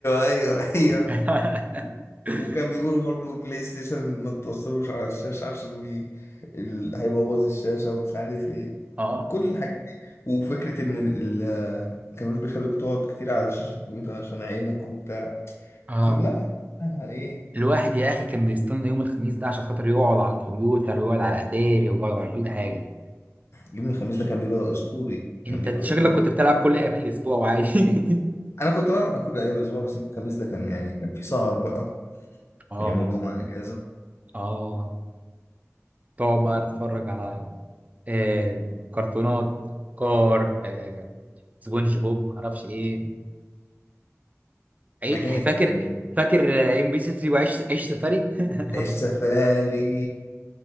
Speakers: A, on the left; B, on the right.
A: ايوه ايوه ايوه
B: <laughs>
A: وكان بيقولوا برضو بلاي ستيشن ما توصلوش على الشاشة عشان ال... ال... هيبوظ الشاشة ومش عارف ايه
B: اه
A: كل الحاجات دي وفكرة ان ال... ما كانوش بيخلوك تقعد كتير على شاشة الكمبيوتر عشان عينك وبتاع
B: اه
A: كلها كلها ايه
B: الواحد يا اخي كان بيستنى يوم الخميس ده عشان خاطر يقعد على الكمبيوتر ويقعد على اتاري ويقعد على كل حاجه
A: يوم الخميس ده كان بيبقى اسطوري كان
B: انت
A: بيبقى
B: شكلك
A: اسطوري
B: كنت بتلعب كل ايام الاسبوع وعادي
A: انا كنت بلعب كل ايام الاسبوع بس يوم الخميس ده كان يعني كان في سهر بقى
B: <laughs> اه
A: عشان يوم الجمعة اجازة
B: اه تقعد بقى تتفرج على آه كرتونات كار آه سبونج بوب معرفش ايه عيد
A: حاجات
B: فاكر
A: يعني
B: فاكر آه، ام بي سي 3 وعيش عيش سفاري <laughs>
A: السفاري